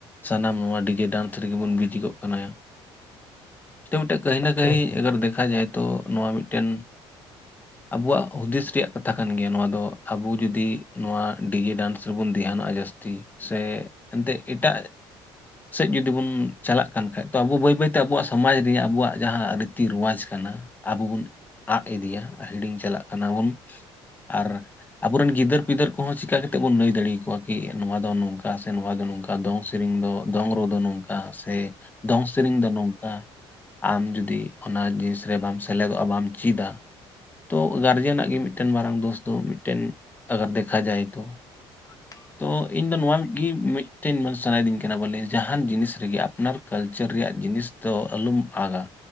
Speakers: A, on the left (about 15°); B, on the left (about 30°).
A: ᱥᱟᱱᱟᱢ ᱱᱚᱣᱟ ᱰᱤᱡᱮ ᱰᱟᱱᱥ ᱨᱮᱜᱮ ᱵᱚᱱ ᱵᱤᱡᱤ ᱜᱚᱜ ᱠᱟᱱᱟ᱾ ᱢᱤᱫᱴᱮᱡ ᱠᱟᱹᱦᱤ ᱱᱟ ᱠᱟᱹᱦᱤ
B: ᱴᱷᱤᱠ
A: ᱟᱜᱟᱨ ᱫᱮᱠᱷᱟ ᱡᱟᱭᱮ ᱛᱳ ᱱᱚᱣᱟ ᱢᱤᱫᱴᱮᱱ᱾
B: <inaudible>
A: ᱟᱵᱚᱣᱟᱜ ᱦᱩᱫᱤᱥ ᱨᱮᱭᱟᱜ ᱠᱟᱛᱷᱟ ᱠᱟᱱ ᱜᱮᱭᱟ ᱱᱚᱣᱟ ᱫᱚ ᱟᱵᱩ ᱡᱩᱫᱤ ᱱᱚᱣᱟ ᱰᱤᱡᱮ ᱰᱟᱱᱥ ᱨᱮᱵᱚᱱ ᱫᱷᱮᱭᱟᱱᱚᱜᱼᱟ ᱡᱟᱹᱥᱛᱤ᱾ ᱥᱮ ᱮᱱᱛᱜ ᱮᱴᱟᱜ ᱥᱮᱫ ᱡᱩᱫᱤ ᱵᱚᱱ ᱪᱟᱞᱟᱜ ᱠᱟᱱ ᱠᱷᱟᱡ ᱛᱚ ᱟᱵᱚ ᱵᱟᱹᱭ ᱵᱟᱹᱭ- ᱟᱵᱣᱟᱜ ᱥᱚᱢᱟᱡᱽ ᱨᱮᱭᱟᱜ ᱟᱵᱚᱣᱟᱜ ᱡᱟᱦᱟᱸ ᱨᱤᱛᱤ ᱨᱳᱣᱟᱡᱽ ᱠᱟᱱᱟ ᱟᱵᱚ ᱵᱚᱱ- ᱟᱫ ᱤᱫᱤᱭᱟ ᱦᱤᱲᱤᱧ ᱪᱟᱞᱟᱜ ᱠᱟᱱᱟ ᱵᱚᱱ᱾ ᱟᱨ ᱟᱵᱚᱨᱮᱱ ᱜᱤᱫᱟᱹᱨ ᱯᱤᱫᱟᱹᱨ ᱠᱚᱦᱚᱸ ᱪᱤᱠᱟ ᱠᱟᱛᱮᱫ ᱵᱚᱱ ᱞᱟᱹᱭ ᱫᱟᱲᱮ ᱟᱠᱚᱣᱟ᱾ ᱠᱤ ᱱᱚᱣᱟ ᱫᱚ ᱱᱚᱝᱠᱟ ᱥᱮ ᱱᱚᱣᱟ ᱫᱚ ᱱᱚᱝᱠᱟ, ᱫᱚᱝ ᱥᱮᱨᱮᱧ ᱫᱚ ᱫᱚᱝ ᱨᱩ ᱫᱚ ᱱᱚᱝᱠᱟ ᱥᱮ᱾ ᱫᱚᱝ ᱥᱮᱨᱤᱧ ᱫᱚ ᱱᱚᱝ- ᱟᱢ ᱡᱩᱫᱤ ᱚᱱᱟ ᱡᱤᱱᱤᱥ ᱨᱮ ᱵᱟᱢ ᱥᱮᱞᱮᱫᱚᱜᱼᱟ ᱵᱟᱢ ᱪᱤᱫᱟ᱾ ᱛᱚ ᱜᱟᱨᱡᱮᱱᱟᱜ ᱜᱮ ᱢᱤᱫᱴᱮᱱ ᱢᱟᱨᱟᱝ ᱫᱳᱥ ᱫᱚ, ᱢᱤᱫᱴᱮᱱ ᱟᱜᱟᱨ ᱫᱮᱠᱷᱟ ᱡᱟᱭ ᱛᱚ᱾
B: ᱟᱨ <unintelligible>
A: ᱛᱚ ᱤᱧ ᱫᱚ ᱱᱚᱣᱟ ᱜᱮ ᱢᱤᱫᱴᱮᱱ ᱥᱟᱱᱟᱭᱮᱫᱤᱧ ᱠᱟᱱᱟ ᱵᱚᱞᱮ ᱡᱟᱦᱟᱱ ᱡᱤᱱᱤᱥ ᱨᱮᱜᱮ ᱟᱯᱱᱟᱨ ᱠᱟᱞᱪᱟᱨ ᱨᱮᱭᱟᱜ ᱡᱤᱱᱤᱥ ᱛᱚ ᱟᱞᱚᱢ ᱟᱜᱟᱹ᱾